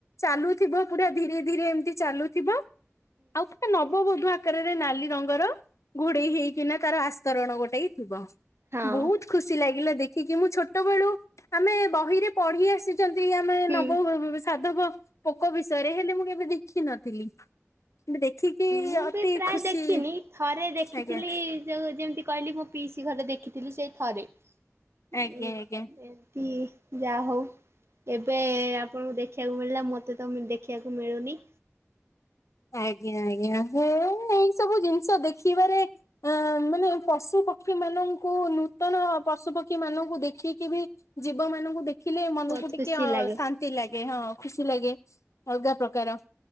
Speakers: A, on the left; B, on the right.
A: ଚାଲୁଥିବ ପୁରା ଧୀରେ ଧୀରେ ଏମିତି ଚାଲୁଥିବ। ଆଉ ପୁରା ନବବୋଧୂ ଆକାରରେ ନାଲି ରଙ୍ଗର ଘୋଡେଇ ହେଇକିନା ତାର ଆସି ତରଣ ଗୋଟେ ହିଁ ଥିବ।
B: ହଁ
A: ବହୁତ ଖୁସି ଲାଗିଲା ଦେଖିକି ମୁଁ ଛୋଟ ବେଳୁ ଆମେ ବହିରେ ପଢି ଆସି ଯେମିକି ଆମେ
B: ହୁଁ
A: ନବ ବ-ବ ସାଧବ ପୋକ ବିଷୟରେ ହେଲେ ମୁଁ କେବେ ଦେଖିନଥିଲି। ମୁଁ ଦେଖିକି
B: ମୁଁ
A: ଅତି
B: ବି ପ୍ରାୟ
A: ଖୁସି
B: ଦେଖିନି ଥରେ ଦେଖିଥିଲି
A: ଆଜ୍ଞା
B: ଯୋଉ ଯେମିତି କହିଲି ମୁଁ ପିଇସି ଘରେ ଦେଖିଥିଲି ସେ ଥରେ।
A: ଆଜ୍ଞା
B: ହୁଁ ଏମିତି
A: ଆଜ୍ଞା।
B: ଯା ହଉ। ଏବେ ଆପଣଙ୍କୁ ଦେଖିବାକୁ ମିଳିଲା ମୋତେ ତ ଦେଖିବାକୁ ମିଳୁନି।
A: ଆଜ୍ଞା ଆଜ୍ଞା ମୋର ଏଇ ସବୁ ଜିନିଷ ଦେଖିବାରେ ଆ ମାନେ ପଶୁ ପକ୍ଷୀ ମାନଙ୍କୁ ନୂତନ ପଶୁ ପକ୍ଷୀ ମାନଙ୍କୁ ଦେଖିକି ବି ଜୀବ ମାନଙ୍କୁ ଦେଖିଲେ ମନକୁ
B: ବହୁତ
A: ଟିକେ
B: ଖୁସି
A: ଅ
B: ଲାଗେ
A: ଶାନ୍ତି ଲାଗେ ହଁ ଖୁସି ଲାଗେ। ଅଲଗା ପ୍ରକାର